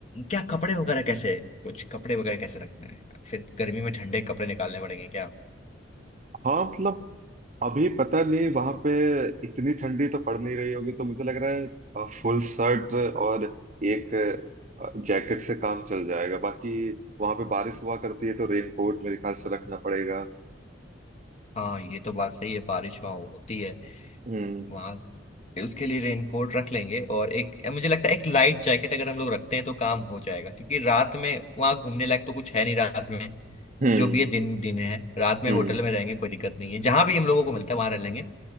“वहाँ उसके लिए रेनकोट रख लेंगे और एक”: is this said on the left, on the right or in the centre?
Left